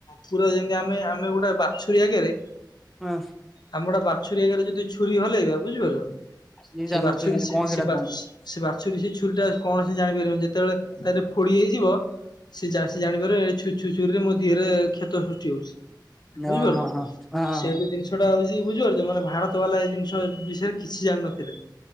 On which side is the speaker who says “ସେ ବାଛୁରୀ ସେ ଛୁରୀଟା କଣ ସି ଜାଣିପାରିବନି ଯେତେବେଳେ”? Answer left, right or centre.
Left